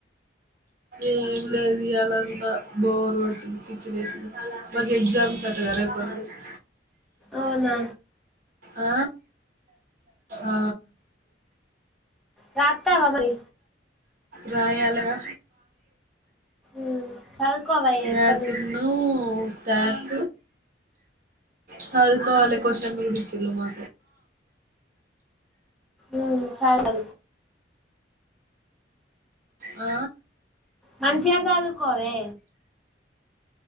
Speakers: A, on the right (about 50°); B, in the centre.
A: ఏం లేదు ఇయ్యాలంత బోర్ గోట్టింది పిచ్చిలేసింది మాకు ఎగ్జామ్స్ అట్టగా రేపటి నుంచి
B: అవునా
A: ఆ ఆ
B: రాత్తవా మరి
A: రాయాలగా
B: ఉమ్, చదువుకోవా
A: మ్యాసిన్ను
B: ఇప్పటి నుంచి
A: దచ చదుకోవాల
B: ఉమ్.
A: క్వశ్చన్ కండ గుడి చిల్ల మా
B: ఉమ్ చాలు
A: ఆ
B: మంచిగా చదువుకోవే